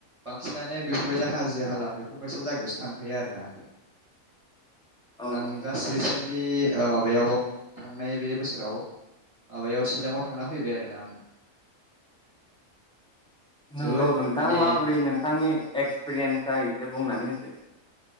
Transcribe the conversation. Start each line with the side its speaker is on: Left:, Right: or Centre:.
Right: बांसिनानो बेफोरबायजा हाजो-हाला बेफोरबायसा जायगायावसो थांखायो आरोना।
Centre: औ
Right: आं
Centre: औ
Right: दास रिसेन लि ओ माबायाव थांनाय बे बोसोराव माबायाव शिलंआव थांना फैबाय आरोना आं
Centre: नोंगौ
Right: जोबोद
Centre: नोंथां
Right: माने
Centre: माबोरै नोंथांनि एक्सपिरियेन्स जायो। से बुंनानै होदो।